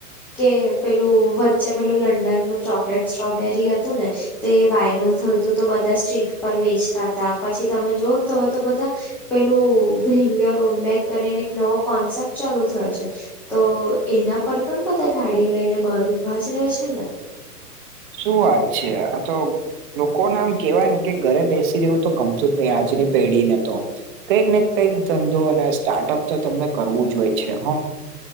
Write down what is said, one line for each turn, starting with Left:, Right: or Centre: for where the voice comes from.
Centre: કે પેલું વ ચે પેલુ લંડનનું ચોકલેટ ટોબેરી હતુ ને તો એ વાયરલ થયુ તું તો બધા સ્ટ્રીટ પર વેચતા તા. પછી તમે જોવો ન તો હવે તો બધા પેલુ ભિંગ્યો રોમ બેક કરીને એક નોક કોન્સેપ્ટ ચાલુ થયો છે. તો એના પર પણ બધા ગાડીઓ લઈને બાર ઊભા જ રહે છે ને.
Right: શું વાત છે? આ તો લોકોને આમ કેવાય ને કે ઘરે બેસી રેવુ તો ગમતું જ નહી આજની પેઢી ને તો. કંઈક ને કંઈક ધંધો અને સ્ટાર્ટઅપ તો તમને કરવું જ હોય છે. હ